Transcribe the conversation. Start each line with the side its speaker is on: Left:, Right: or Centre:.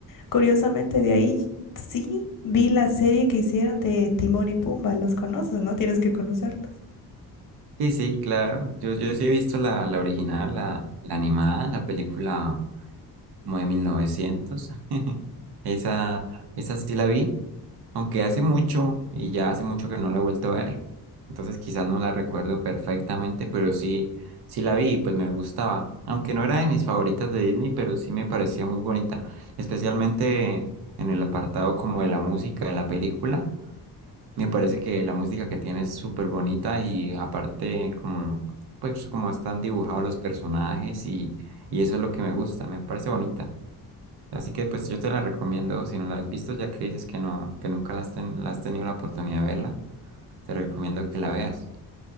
Left: curiosamente de ahí sí vi la serie que hicieron de Timón y Pumba. Los conoces, ¿no? Tienes que conocerlos.
Right: Sí, sí, claro. Yo, yo sí he visto la, la original, la, la animada, la película como de mil novecientos Esa, esa sí la vi, aunque hace mucho y ya hace mucho que no la he vuelto a ver. Entonces quizás no la recuerdo perfectamente, pero sí, sí la vi y pues me gustaba. Aunque no era de mis favoritas de Disney, pero sí me parecía muy bonita. Especialmente en el apartado como de la música de la película. Me parece que la música que tiene es súper bonita y aparte como, pues como están dibujados los personajes y, y eso es lo que me gusta, me parece bonita. Así que pues yo te la recomiendo, si no la has visto, ya que dices que no, que nunca la has, ten- la has tenido la oportunidad de verla, te recomiendo que la veas.